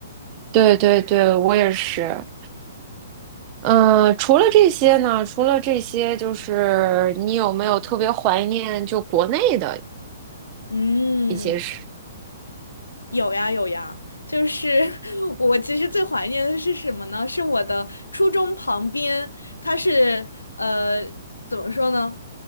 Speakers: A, on the right (about 35°); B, on the left (about 80°).
A: 对对对，我也是，嗯，除了这些呢，除了这些，就是你有没有特别怀念就国内的
B: 嗯。
A: 一些事？
B: 有呀有呀，就是 <laughs> 我其实最怀念的是什么呢？是我的初中旁边，它是呃怎么说呢？